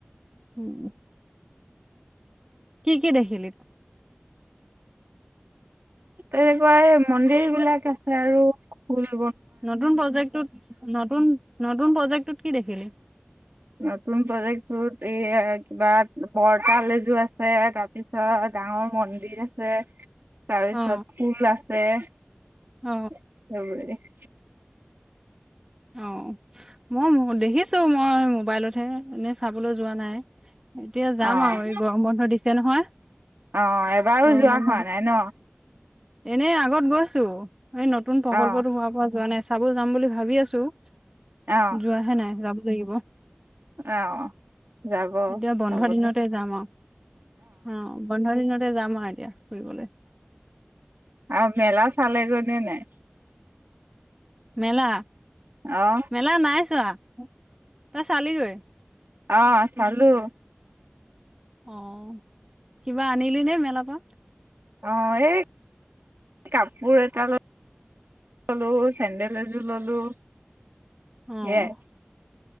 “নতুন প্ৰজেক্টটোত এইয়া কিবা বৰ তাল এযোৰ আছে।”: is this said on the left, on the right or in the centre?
Right